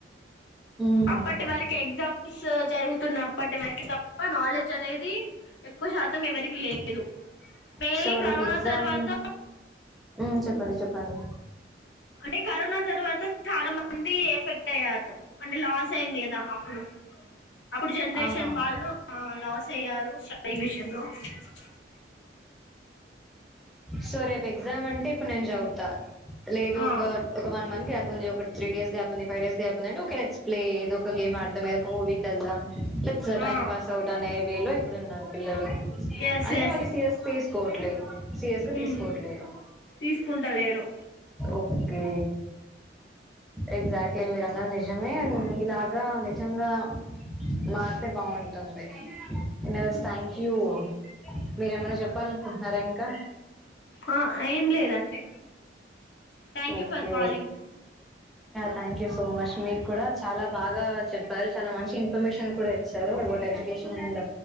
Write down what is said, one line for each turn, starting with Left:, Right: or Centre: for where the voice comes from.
Centre: ఉమ్ ఉమ్
Left: అప్పటి వరకు ఎగ్జామ్స్ జరుగుతున్న అప్పటి వరకు తప్ప నాలెడ్జ్ అనేది ఎక్ ఎక్కువ శాతం ఎవరికి లేదు మెయిన్లీ
Centre: సో
Left: కరోనా
Centre: రేపు ఎగ్జామ్
Left: తర్వాత
Centre: ఉహ్ చెప్పండి చెప్ప పండి
Left: అంటే కరోనా తర్వాత చాలా మంది ఎఫెక్ట్ అయ్యారు అంటే లాస్ అయింది కదా అప్పుడు అప్పుడు జనరేషన్
Centre: అవునవును
Left: వాళ్ళు ఆ లాస్ అయ్యారు స్టడీ విషయంలో అ
Centre: సో రేప్ ఎగ్జామ్ అంటే అప్పుడు నేను చదువుతా లేదు
Left: ఆ
Centre: ఒక ఒక వన్ మంత్ గ్యాప్ ఉంది ఒక త్రీ డేస్ గ్యాప్ ఉంది పైవ్ డేస్ గ్యాప్ ఉందంటే ఒకేె లెట్స్ ప్లే ఏదో ఒక గేమ్ ఆడదాం ఏదో ఒక మూవి కి వెల్దామ్ లెట్స్
Left: ఆ
Centre: టైమ్ పాస్ అవుట్ అనే వే లో ఇప్పుడు ఉన్నారు పిల్లలు
Left: ఎస్
Centre: అంటే
Left: ఎస్
Centre: వాళ్ళు సీరియస్ తీసుకోవట్లేరు సీరియస్ గా తీసుకోవట్లేదు
Left: ఉమ్ తీసుకుంటలేరు
Centre: ఓకే ఎగ్జాక్ట్లీ మీరు అన్నది నిజమే మీలాగా నిజంగా మారితే బాగుంటుంది ఎస థ్యాంక్ యూ మీరేమన్నా చెప్ప అప్పల అనుకుంటున్నారా ఇంకా
Left: ఆ ఏం లేదండి thank
Centre: okay
Left: you for calling
Centre: thank you so much మీకు కూడా చాలా బాగా చెప్పారు చాలా మంచి ఇన్ఫర్మేషన్ కూడా ఇచ్చారు అ ఎడ్యుకేషన్ అండ్